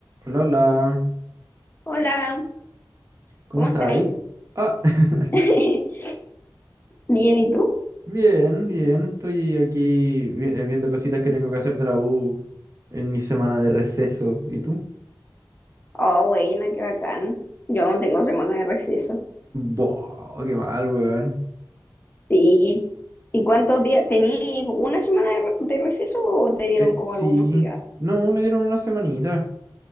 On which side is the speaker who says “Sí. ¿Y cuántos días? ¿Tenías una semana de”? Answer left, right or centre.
Left